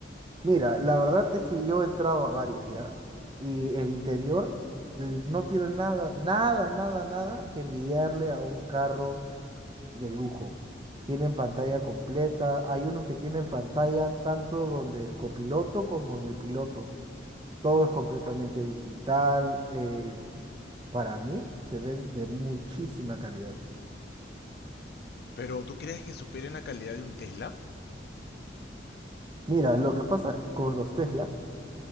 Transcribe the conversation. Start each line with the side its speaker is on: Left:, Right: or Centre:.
Right: Mira, la verdad es que yo he entrado a varios ya y el interior l- no tiene nada, nada, nada, nada que envidiarle a un carro de lujo. Tienen pantalla completa. Hay unos que tienen pantalla tanto donde el copiloto como en el piloto. Todo es completamente digital. eh, para mí se ven de muchísima calidad.
Left: Pero, ¿tú crees que superen la calidad de un Tesla?
Right: Mira, lo que pasa con los Tesla